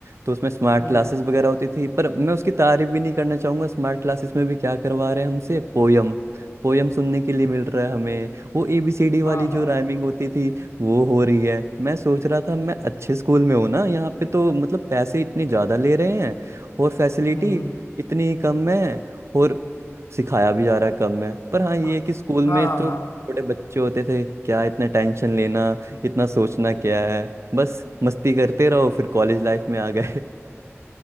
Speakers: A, on the right; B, on the left.
A: तो उसमें स्मार्ट
B: हम्म
A: क्लासेस
B: हम्म
A: वगैरह होती थी पर मैं उसकी तारीफ भी नहीं करना चाहूँगा स्मार्ट क्लासेस में भी क्या करवा रहे हैं हमसे पोयम पोयम सुनने के लिए मिल रहा है हमें वो एबीसीडी वाली
B: हाँ
A: जो
B: हाँ
A: राइमिंग होती थी वो हो रही है मैं सोच रहा था मैं अच्छे स्कूल में हूँ ना यहाँ पे तो मतलब पैसे इतने ज़्यादा ले रहे हैं और फैसिलिटी
B: हम्म हम्म
A: इतनी कम है और सिखाया भी जा रहा है कम है पर हाँ ये
B: आ-
A: है कि स्कूल
B: हाँ
A: में तो छोटे बच्चे होते थे क्या इतना टेंशन लेना इतना सोचना क्या है बस मस्ती करते रहो फिर कॉलेज लाइफ में आ गए <laughs>